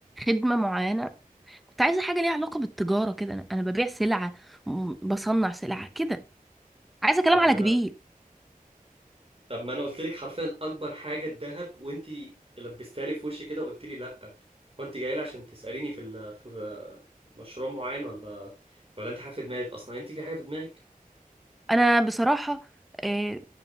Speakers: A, in the centre; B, on the right (about 40°).
A: خدمه معينه كنت عايزه حاجه ليها علاقه بالتجاره كده انا أنا ببيع سلعه م- بصنع سلعه كده عايزه كلام
B: طب
A: على
B: ما انا
A: كبير
B: طب ما انا قلت لك حرفيا اكبر حاجة الذهب وانت لبستها لي في وشي كده وقلت لي لا هو انت جاي لي عشان تسأليني في ال... في ال- مشروع معين ولا ولا انت حاجة في دماغك اصلا انت في حاجة في دماغك
A: انا بصراحه آه،